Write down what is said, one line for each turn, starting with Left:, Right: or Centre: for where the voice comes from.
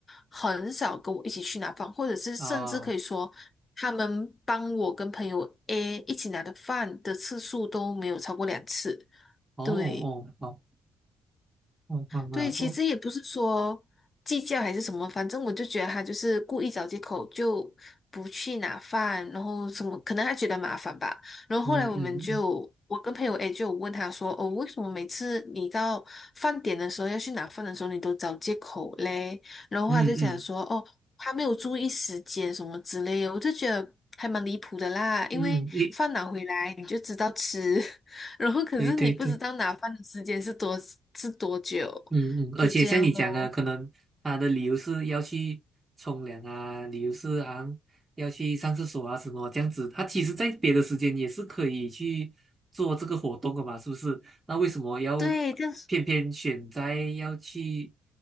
Left: 很少跟我一起去拿饭，或者是甚至可以说他们帮我跟朋友
Right: 啊，哦
Left: A 一起拿的饭的次数都没有超过两次。
Right: 哦，
Left: 对。
Right: 好，好，好然后，
Left: 对，其实也不是说计较还是什么，反正我就觉得他就是故意找借口，就不去拿饭，然后什么，可能他觉得麻烦吧。然后后来我们就，
Right: 嗯嗯
Left: 我跟朋友 A 就有问他说，哦，为什么每次你到饭点的时候要去拿饭的时候，你都找借口嘞？然后他就讲说，
Right: 嗯嗯
Left: 哦，他没有注意时间什么之类的，我就觉得。还蛮离谱的啦，
Right: 嗯嗯，
Left: 因为饭拿回来你就知道吃，
Right: 一，
Left: <laughs> 然后可是你不知道拿饭的时间是多是多久。
Right: 对对对。嗯嗯，而且像你讲的，
Left: 就这样咯。
Right: 可能他的理由是要去冲凉啊，理由是好像要去上厕所啊什么这样子。他其实在别的时间也是可以去做这个活动的嘛，是不是？那为什么要
Left: 对，但是
Right: 偏偏选在要去